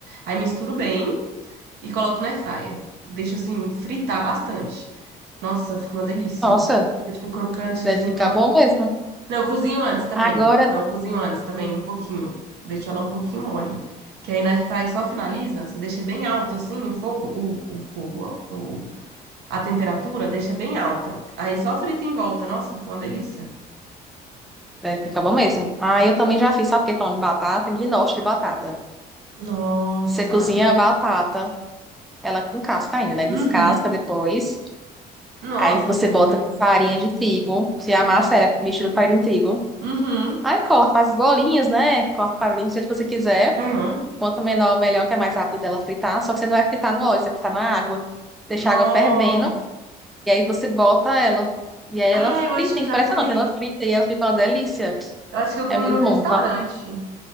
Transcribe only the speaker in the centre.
nossa,
deve ficar bom mesmo.
Agora,
deve ficar bom mesmo. Ah, eu também já fiz, sabe o que é falando de batata? Ginoche de batata.
Você cozinha a batata, ela com casca ainda, né?
Descasca depois.
Aí você
bota
com farinha de trigo. Você amassa ela, mistura com farinha de trigo.
Aí corta as bolinhas, né? Corta para bolinha do jeito que você quiser.
Quanto menor, melhor, que é mais rápido dela fritar. Só que você não vai fritar no óleo, você vai fritar na água. Deixa
a água fervendo e aí você bota ela. E aí
ela frita,
é impressionante,
ela frita e ela fica uma delícia.
É
muito
bom, tá?